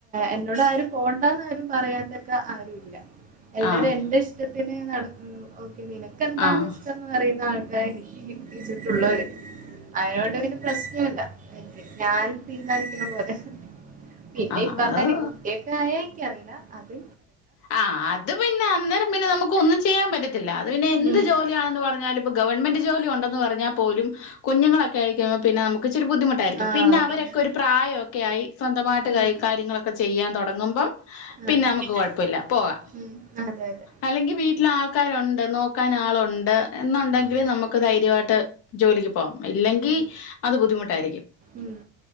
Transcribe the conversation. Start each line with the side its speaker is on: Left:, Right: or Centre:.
Right: എന്നോട് ആരും പോണ്ടന്ന് ആരും പറയാത്തക്കെ ആരുല്ല എല്ലരും
Left: ആഹ്
Right: എന്റെ ഇഷ്ടത്തിന് നടുന്നു ഓക്കെ നിനക്ക്‌ എന്താണോ
Left: ആഹ്
Right: ഇഷ്ടം എന്ന് പറയുന്ന ആ അത എനിക്ക് കിട്ടിട്ടുള്ളവര് അയിനോട് ഇന്ക്ക്‌ പ്രശ്നമില്ല ഞാൻ തീരുമാനിക്കണ പോലെ പിന്നെ
Left: ആഹ്
Right: ഇപ്പറഞ്ഞമാതിരി
Left: അത്
Right: കുട്ടിയൊക്കെ ആയാ അറിയില്ല അതി
Left: ആ് അത് പിന്നെ അന്നേരം പിന്നെ നമുക്ക് ഒന്നും ചെയ്യാൻ പറ്റ അത് പിന്നെ എന്ത്
Right: ഉം. ഉം
Left: ജോലിയാണെന്ന് പറഞ്ഞാലും ഗവൺമെന്റ് ജോലി ഉണ്ടെന്ന് പറഞ്ഞാൽ പോലും കുഞ്ഞുങ്ങളൊക്കെ ആയികഴിയുമ്പോ പിന്നെ നമു ഇച്ചിരി ബുദ്ധിമുട്ടായിരിക്കും
Right: ആഹ്
Left: പിന്നെ
Right: അതാണ്
Left: അവരൊക്ക ഒരു പ്രായംക്കെ ഒക്കൊയി സ്വന്തമായിട്ട്
Right: ഉം
Left: കൈ കാര്യങ്ങളൊക്കെ ചെയ്യാൻ തുടങ്ങും ബം പിന്നെ
Right: ആഹ്
Left: നമുക്ക് കൊഴ്പ്പല്ല പോവാ
Right: ഉം അതെ അതെ
Left: അല്ലെങ്കി വീട്ടില് ആൾക്കാരുണ്ട് നോക്കാൻ ആളുണ്ട് എന്നുണ്ടെങ്കില്
Right: ഉം
Left: നമുക്ക് ധൈര്യമായിട്ട് ജോലിക്ക് പോകം ഇല്ലെങ്കി
Right: ഉം
Left: അത് ബുദ്ധിമുട്ടായിരിക്കും
Right: ഉം